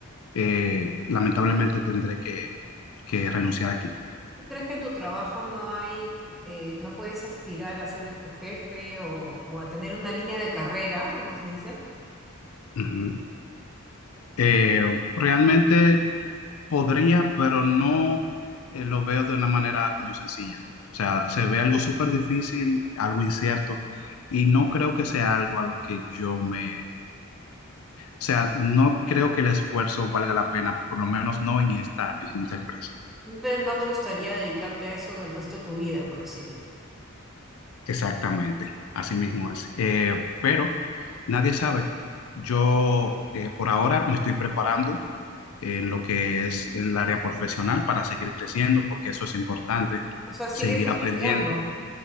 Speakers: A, on the left (about 80°); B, in the centre.
A: eh, lamentablemente tendré que, que renunciar aquí.
B: crees que en tu trabajo no hay, eh, no puedes aspirar a ser tu jefe o, o a tener una línea de carrera, como se dice?
A: Ujú. Eh, realmente Podría, pero no eh, lo veo de una manera como sencilla. O sea, se ve algo súper difícil, algo incierto, y no creo que sea algo a lo que yo me... O sea, no creo que el esfuerzo valga la pena, por lo menos no en esta, en esta empresa.
B: ¿No te no te gustaría dedicarte a eso del resto de tu vida, por decirlo?
A: Exactamente, así mismo es. Eh, pero nadie sabe. Yo eh, por ahora me estoy preparando en lo que es el área profesional para seguir creciendo, porque eso es importante,
B: O sea, sigues
A: seguir
B: estudiando.
A: aprendiendo.